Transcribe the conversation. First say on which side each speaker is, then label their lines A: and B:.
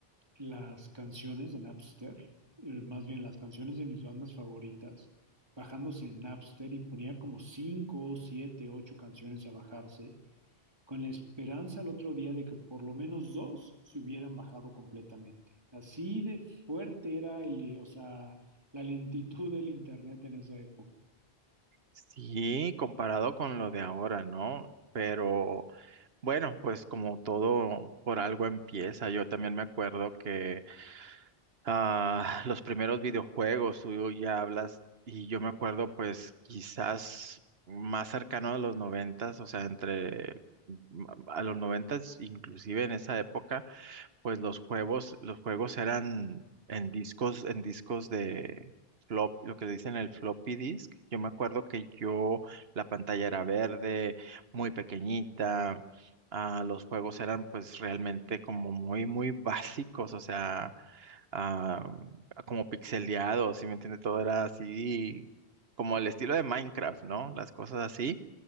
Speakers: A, on the right; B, on the right.
A: las canciones de Napster, eh, más bien las canciones de mis bandas favoritas, bajándose en Napster y ponía como 5, 7, 8 canciones a bajarse con la esperanza al otro día de que por lo menos dos se hubieran bajado completamente. Así de fuerte era el, o sea, la lentitud del Internet en esa época.
B: Sí, comparado con lo de ahora, ¿no? Pero bueno, pues como todo por algo empieza, yo también me acuerdo que Ah, los primeros videojuegos, tú ya hablas, y yo me acuerdo, pues, quizás más cercano a los noventas, o sea, entre mm, a los noventas, inclusive en esa época, pues los juegos, los juegos eran en discos, en discos de flop, lo que le dicen el floppy disk. Yo me acuerdo que yo, la pantalla era verde, muy pequeñita. ah, los juegos eran pues realmente como muy, muy <laughs> básicos, o sea, ah, como pixeleado, si me entiende? Todo era así, como el estilo de Minecraft, ¿no? Las cosas así.